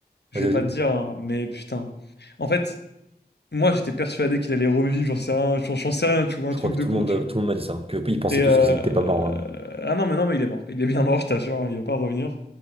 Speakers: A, on the left (about 80°); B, on the right (about 35°).
A: je
B: vas-y,
A: vais
B: vas-y.
A: pas te dire, hein, mais putain. En fait. Moi, j'étais persuadé qu'il allait revivre, j'en sais rien, j'en j'en sais rien, tu vois, un
B: Je
A: truc
B: crois que
A: de
B: tout
A: con,
B: le monde,
A: tu
B: euh,
A: vois.
B: tout le monde m'a dit ça, que ils pensaient
A: Et
B: tous
A: euh...
B: que n'était pas mort. hein.
A: Ah non, mais non, mais il est mort. Il est bien mort, je t'assure, hein, il va pas revenir.